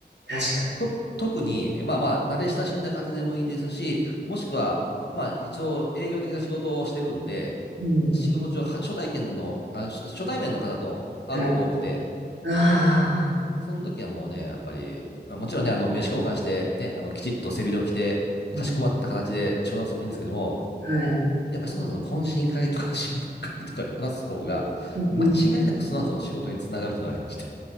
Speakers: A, on the right; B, on the left.
A: 確かに。
B: と特に、えまあまあ、慣れ親しんだ方でもいいですし、もしくは、まあ一応営業的な仕事をしてるんで、
A: うん。
B: 仕事上、は初体験の、あ、初初対面の方と会うこと多くて、
A: はい。ああ。
B: その時はもうね、やっぱり、まあもちろんね、あの、名刺交換して、ね、あの、きちっと背広着て、
A: うん。
B: かしこまった形で商談するのもいいんですけども、
A: はい。
B: やっぱりその後の懇親会とか <laughs> 親睦会とかで話す方が、
A: うんうん
B: 間違いなくその後の仕事につながるというのがありまして、